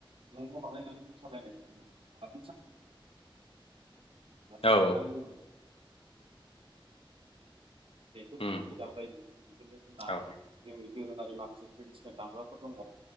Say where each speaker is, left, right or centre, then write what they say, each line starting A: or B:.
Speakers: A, on the right; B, on the left.
A: न'आव हाबलायनानै मोसालायनाय दङना <inaudible> नावाव
B: औ
A: थानानै <inaudible> देंखो फोरखौ
B: उम
A: रोजाब लायो। बिदिनो जोंना
B: औ
A: जोंनि दोरोङारि माखासे ट्रेडिसनेल दामग्राफोर दङ